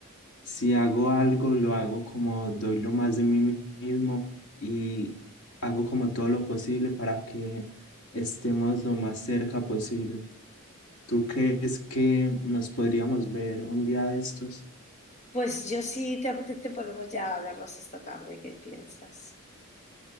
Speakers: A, on the left; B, on the left.
A: si hago algo, lo hago como doy lo más de mí mismo y hago como todo lo posible para que estemos lo más cerca posible. ¿Tú crees que nos podríamos ver un día de estos?
B: Pues yo, si te apetece, podemos ya vernos esta tarde. ¿Qué piensas?